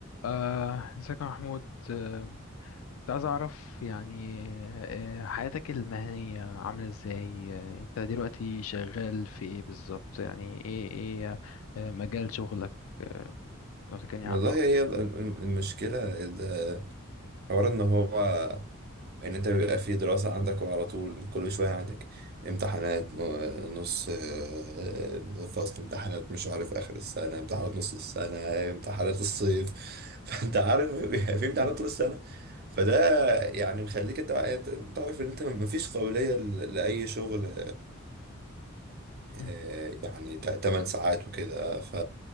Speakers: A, on the left; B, on the right.
A: آه، ازيك يا محمود آه، كنت عايز اعرف يعني آه، حياتك المهنية عاملة ازاي آه، انت دلوقتي شغال في ايه بالظبط يعني ايه ايه آه، مجال شغلك آه، لو تكلمني
B: والله
A: عنه اكتر
B: هي ال- ال- المشكلة ال- حوار ان هو ان انت بيبقى في دراسة عندك وعلى طول كل شوية عندك امتحانات ن- نص آه، فصل امتحانات مش عارف اخر السنة امتحانات نص السنة امتحانات الصيف <laughs> فانت عارف بيبقى في امتحانات
A: مم،
B: طول السنة فده يعني مخليك انت أنت- أنت عارف ان انت مفيش قابلية ل- لأي شغل آه،
A: مم،
B: يعني 8 ساعات وكده ف...